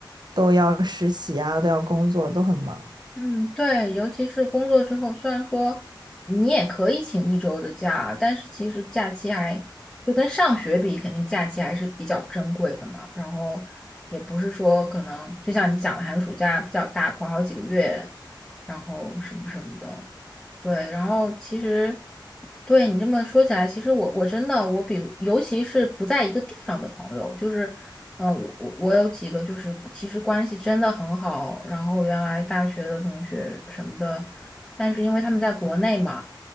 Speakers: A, on the right (about 60°); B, in the centre.
A: 都要实习啊，都要工作，都很忙。
B: 嗯，对，尤其是工作之后，虽然说你也可以请一周的假，但是其实假期还就跟上学比，肯定假期还是比较珍贵的嘛。然后也不是说可能就像你讲的寒暑假比较大，管好几个月，然后什么什么的。对，然后其实对你这么说起来，其实我我真的我比尤其是不在一个地方的朋友，就是嗯、呃我我我有几个就是其实关系真的很好，然后原来大学的同学什么的，但是因为他们在国内嘛，